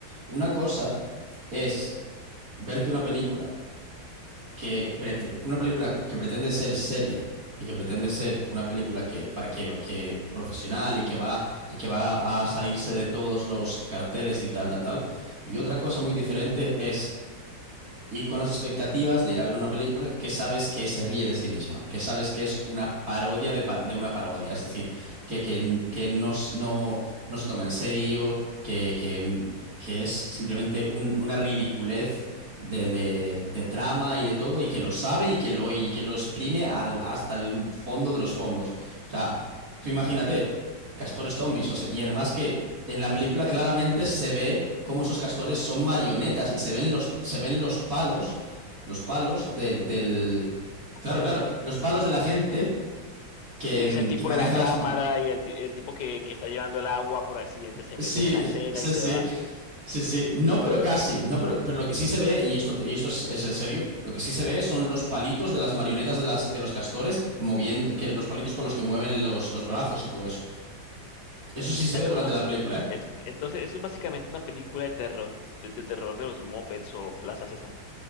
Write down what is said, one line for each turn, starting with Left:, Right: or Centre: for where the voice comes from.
Right: Una cosa es verte una película que prete- una película que pretende ser seria y que pretende ser una película que, para- que, que profesional y que va y que va a salirse de todos los carteles y tal, tal, tal. Y otra cosa muy diferente es ir con las expectativas de ir a ver una película que sabes que se ríe de sí misma, que sabes que es una parodia de, pa- de una parodia, es decir, que, que, que no, s- no, no se toma en serio, que, que, que es simplemente un- una ridiculez de, de, de trama y de todo, y que lo sabe y que lo, y que lo exprime al- hasta el fondo de los fondos. O sea, tú imagínate. Castores zombies, o sea, y además que en la película claramente se ve cómo esos castores son marionetas y se ven los, se ven los palos, los palos de- del...
Left: <laughs>
Right: Claro, claro, los palos de la gente que,
Left: Y ves
Right: mm,
Left: el tipo
Right: que maneja
Left: de la cámara
Right: las marionetas.
Left: y el, ti- el tipo que, que está llevando el agua por accidente se
Right: Sí,
Left: mete en la escena
Right: sí,
Left: y se
Right: sí,
Left: va. Es
Right: sí, sí. No, pero casi, no, pero, pero lo que sí se ve, y esto, te- y esto es, es en serio, lo que sí se ve son los palitos de las marionetas de las, de los castores moviendo, que los palitos con los que mueven los, los brazos y todo eso. Eso
Left: <laughs>
Right: sí se ve durante
Left: como,
Right: la película, ¿eh?
Left: es, entonces, eso es básicamente una película de terror, de, de terror de los Muppets o Plaza Sésamo.